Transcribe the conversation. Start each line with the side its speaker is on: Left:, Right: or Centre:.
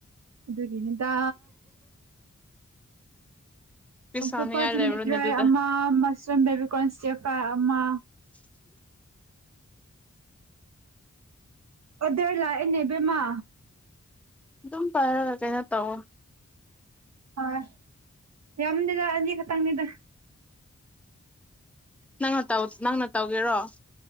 Right: ꯑꯗꯨꯒꯤꯅꯤꯗ
Centre: ꯄꯤꯁ
Right: ꯑꯣꯛꯇꯣꯞꯄꯁ
Centre: ꯁꯥꯎꯅꯤꯡꯉꯥꯏ
Right: ꯆꯤꯜꯂꯤꯗ꯭ꯔꯣꯏ
Centre: ꯂꯩꯕ꯭ꯔꯣꯅꯦ ꯑꯗꯨꯗ
Right: ꯑꯃ ꯃꯁ ꯆꯗꯦꯕꯤ ꯀꯣꯟꯟꯁꯇꯤ ꯐꯔꯥꯏ ꯑꯃ
Centre: <inaudible>
Right: ꯑꯣꯗꯔꯂꯥꯛꯑꯦꯅꯦ ꯏꯅꯦꯕꯃ
Centre: ꯑꯗꯨꯝ ꯄꯥꯏꯔꯒ ꯀꯩꯅꯣ ꯇꯧꯋꯣ
Right: ꯍꯣꯏ ꯌꯥꯝꯗꯦꯗ ꯑꯅꯤ ꯈꯛꯇꯪꯅꯤꯗ
Centre: ꯅꯪꯅ ꯇꯧ ꯅꯪꯅ ꯇꯧꯒꯦꯔꯣ